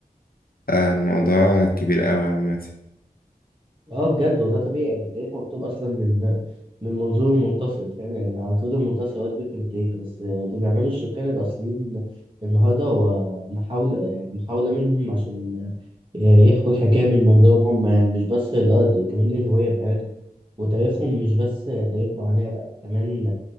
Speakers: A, on the left (about 70°); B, on the right (about 30°).
A: آه، الموضوع كبير أوي عامة
B: اه بجد وده طبيعي يعني التاريخ مكتوب اصلا من من منظور المنتصر فاهم يعني على طول المنتصر هو اللي بيكتب التاريخ بس اللي بيعمله السكان الاصليين النهارده هو محاولة يعني محاولة منهم عشان يحكوا الحكاية من منظورهم هم يعني مش بس الأرض كمان للهوية بتاعتهم وتاريخهم مش بس تاريخ معاناة لأ كمان